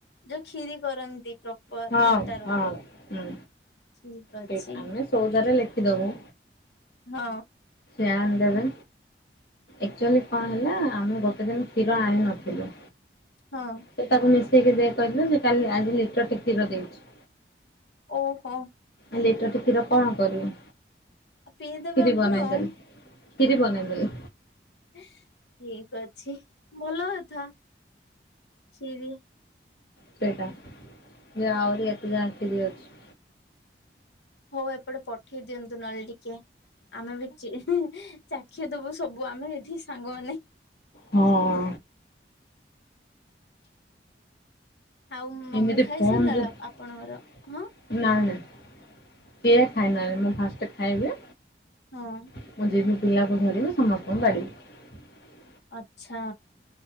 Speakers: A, on the left; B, on the left.
A: ଯୋଉ କ୍ଷିରି କରନ୍ତି ପ୍ରପର
B: ହଁ
A: ମୋଟାର
B: ହଁ ହଁ।
A: ଠିକ ଅଛି
B: ସେଇଟା ଆମେ ସଉଦରେ ଲେଖିଦବୁ
A: ହଁ।
B: ଧ୍ୟାନ ଦେବେ ଏକଚୁଲି କଣ ହେଲା ଆମେ ଗୋଟେ ଦିନ କ୍ଷୀର ଆଣି ନଥିଲୁ
A: ହଁ
B: ସେ ତାକୁ ମିଶେଇକି ଦେ କହିଥିଲା ସେ କାଲି ଆଜି ଲିଟର ଟେ କ୍ଷୀର ଦେଇଚି।
A: ଓହୋ।
B: ଲୀଟର ଟେ କ୍ଷୀର କଣ କରିବି
A: ପିଇଦେବେ
B: ଖୀରି
A: ଆପଣ
B: ବନେଇଦେଲେ
A: ଆଉ
B: ଖୀରି ବନେଇଦଲି।
A: ଠିକ ଅଛି ଭଲ କଥା ସିଏ ଖିରି
B: ସେଇଟା ଯେ ଆହୁରି ଏତେ ଯାଏଁ ଖୀରି ଅଛି।
A: ହଉ ଏପଟେ ପ ଠେଇ ଦିଅନ୍ତୁ ନହେଲେ ଟିକେ ଆମେ ବି ଚି ଚାଖି ଦବୁ ସବୁ ଆମେ ଏଠି ସାଙ୍ଗମାନେ
B: ହଁ।
A: ଆଉ ମମି
B: ଏମିତି
A: ଖାଇସାରିଲା
B: ଫୋନ୍ ଦଖି
A: ଆପଣଙ୍କର ହଁ
B: ନା ନା କିଏ ଖାଇନାହାନ୍ତି ମୁଁ ଫାଷ୍ଟ ଖାଇବି
A: ହଁ
B: ମୁଁ ଯିବି ପିଲାକୁ ଧରିବେ ସମସ୍ତଙ୍କୁ ବାଢ଼ିବି
A: ଆଛା